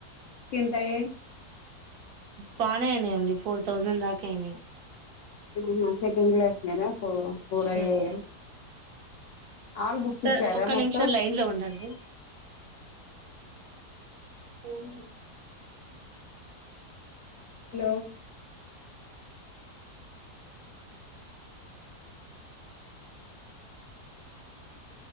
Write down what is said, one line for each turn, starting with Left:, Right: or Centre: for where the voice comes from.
Left: ఎంత అయ్యాయి
Right: బానే అయినాయండి ఫోర్ థౌజండ్ దాకా అయినాయి
Left: అహ సెకండ్ క్లాస్ కేనా ఫో ఫోర్
Right: సార్
Left: అయ్యాయ ఆల్ బుక్స్
Right: సార్
Left: ఇచ్చారా
Right: ఒక్క
Left: మొత్తం
Right: నిమిషం లైన్ లో ఉండండి ఫోన్ చేస్
Left: హలో